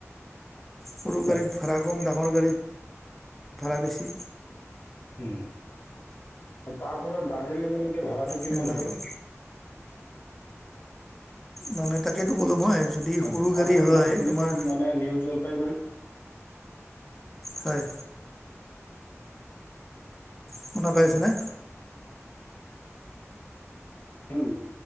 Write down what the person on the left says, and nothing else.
হয়
হুম। তাৰপৰা দাৰ্জিলিংলৈক ভাড়াটো কিমান
হয়
অ,
তাৰ
পৰা
দাৰ্জিলিঙৰ
মানে নিউ জলপাইগুৰি
উম,